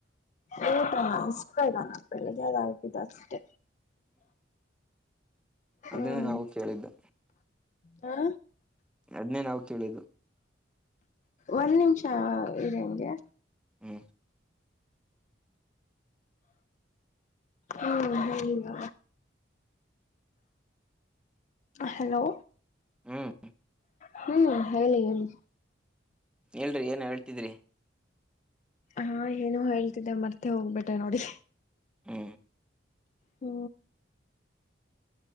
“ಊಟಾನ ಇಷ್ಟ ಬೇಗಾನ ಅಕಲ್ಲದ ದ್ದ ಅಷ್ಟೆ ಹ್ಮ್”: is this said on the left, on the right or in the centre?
Left